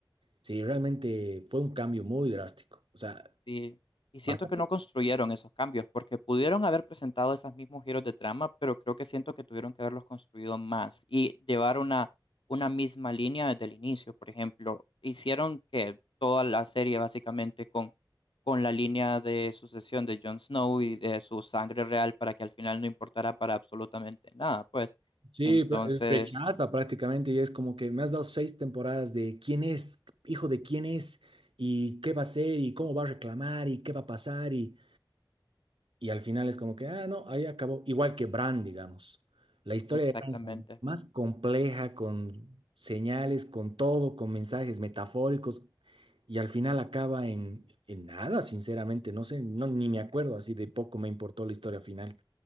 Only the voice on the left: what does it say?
Y, y siento
que no construyeron esos cambios, porque pudieron haber presentado esos mismos giros de trama, pero creo que siento que tuvieron que haberlos construido más y llevar una, una misma línea desde el inicio. Por ejemplo, hicieron que toda la serie básicamente con, con la línea de sucesión de Jon Snow y de su sangre real para que al final no importara para absolutamente nada, pues.
Entonces,
exactamente.
eh,